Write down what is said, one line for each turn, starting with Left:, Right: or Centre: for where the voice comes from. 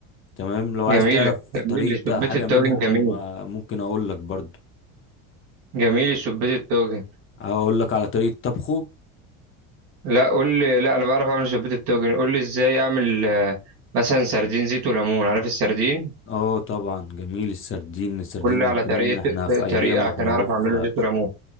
Left: تمام لو
Right: جميلة
Left: عايز تعرف
Right: جميل
Left: طريقة
Right: سبيت
Left: حاجة
Right: الطاجن
Left: منهم
Right: جميل
Left: آه ممكن أقول لك برضو
Right: جميل سبيت الطاجن
Left: أقول لك على طريقة طبخه
Right: لا قول لي لا انا بعرف اعمل شوربه التوجن قول لي ازاي اعمل آه، مثلا سردين زيت وليمون عارف السردين
Left: اه طبعا جميل السردين السردين
Right: قول لي على
Left: كمان
Right: طريقه
Left: احنا في أيام
Right: طريقه عشان
Left: واحنا
Right: اعرف
Left: هو في
Right: اعمله زيت وليمون